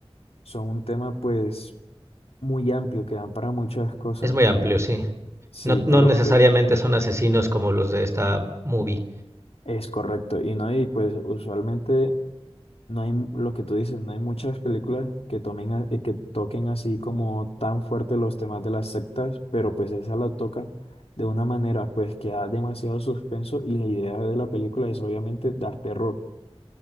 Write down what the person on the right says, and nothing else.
Es muy amplio, sí.
No, no
necesariamente
son asesinos como los de esta movie.